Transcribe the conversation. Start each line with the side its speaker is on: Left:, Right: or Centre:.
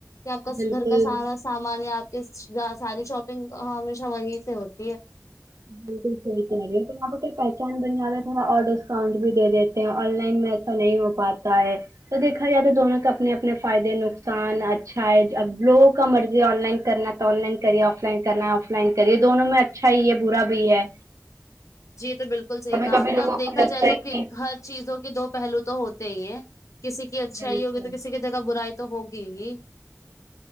Left: آپ کا
Right: بالکل
Left: گھر کا سارا سامان یا آپ کے ساری شاپنگ ہمیشہ وہی سے ہوتی ہے
Right: بالکل صحیح کہہ رہی ہیں تو آپ کو کیا پہچان بن جائے تھوڑا اور ڈسکاؤنٹ بھی دے دیتے ہیں آن لائن میں نہیں ہو پاتا ہے تو دیکھا جائے تو دونوں کے اپنے اپنے فائدے نقصان اچھا ہے اب لوگوں کا مرضی آن لائن کرنا آن لائن کرے آف لائن کرنا ہے آف لائن کرے دونوں میں اچھا ہی ہے برا بھی ہے
Left: جی یہ تو بالکل صحیح
Right: ہمیں
Left: کہا
Right: کبھی
Left: آپ نے
Right: لوگوں
Left: اب دیکھا
Right: کو لگتا
Left: جائے
Right: ہے
Left: تو
Right: کہ
Left: ہر چیزوں کے دو پہلو تو ہوتے ہی ہیں کسی کی اچھائی
Right: بالکل
Left: ہی ہوگی تو کسی کی جگہ برائی تو ہوگی ہی